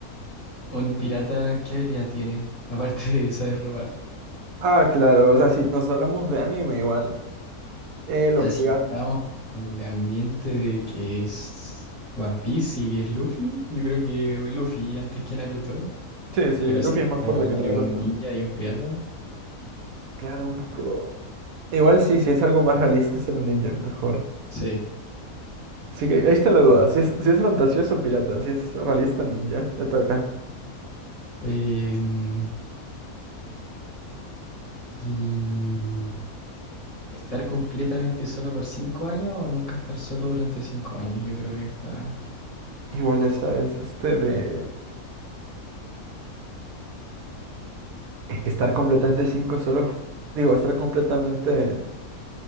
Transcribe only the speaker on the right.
Ah, claro, o sea, si nos hablamos de anime igual. Eh,
los
piratas.
Sí, sí,
Luffy
es más
fuerte
que Naruto.
Claro, pero... Igual sí, sí es algo más realista ser un ninja, mejor.
Así que ahí está la duda, si es, si es fantasioso pirata, si es realista ninja, ya está acá.
Igual esa es este de... Es que estar completamente cinco solo... Digo, estar completamente...